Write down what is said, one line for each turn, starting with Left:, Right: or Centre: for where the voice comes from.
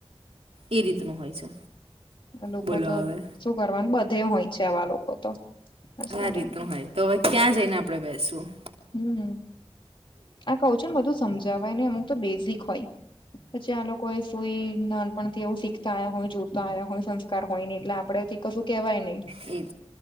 Right: એ રીતનુ હોય છે.
Left: લોકો
Right: બોલો
Left: તો
Right: હવે
Left: શું કરવાનું બધે હોય છે, આવા લોકો તો આજના
Right: આ
Left: ટાઈમમાં
Right: રીતનુ હોય તો, હવે ક્યાં જઈને આપડણે બેસવુ
Left: હમ્મ આ કઉ છુ, ને બધું સમજાવય ને અમુક તો બેઝિક હોય. પછી આ લોકો એ સુઈ નાનપણ થી એવુ શીખતા આ્યા હોય જોતા આ્યા હોય, સસ્કાર હોય ને એટલે આપડે કશું કેવાય નહી
Right: એજ